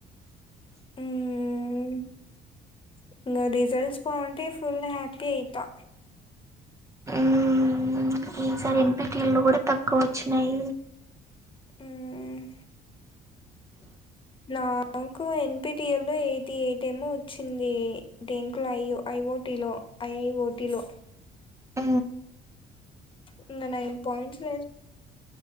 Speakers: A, on the left; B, on the right.
A: ఉమ్మ్మ్ ఇంగ రిజల్ట్స్ బాగుం టే ఫుల్ హ్యాపీ అయితా
B: మ్మ్ ఈసారి ఎంతకేళ్ళొ గుడా తక్కువ వచ్చినాయి
A: మ్మ్ నాకు ఎన్ పి టి ఎల్ లో ఎయిటి ఎయిట్ ఏమో వచ్చింది దేంట్లో ఐ వో ఐ వో టిలో ఐ ఐ ఓ టీలో
B: ఆ
A: ఇంగ నైన్ పాయింట్స్